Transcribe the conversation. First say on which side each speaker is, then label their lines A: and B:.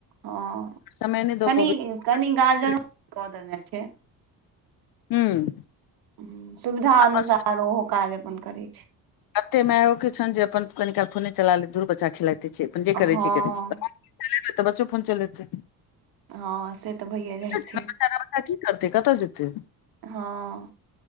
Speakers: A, on the right; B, on the left.
A: हँ
B: समय नहि द
A: कनि
B: पबै
A: कनि
B: छै।
A: गार्जियनो कऽ देने छै
B: हूँ
A: हूँ सुविधा अनुसार
B: अपन
A: ओहो काज अपन करै छै
B: कतेक मायओे छनि जे अपन कनि काल फोने चला लेतै धुर बच्चा खेलाइते छै अपन जे करै
A: हँ
B: छै करै छै तऽ बच्चो फोन चलेतै
A: हाँ से तऽ भइए जाइ
B: बच्चा
A: छै
B: की करतै कतऽ जेतै
A: हाँ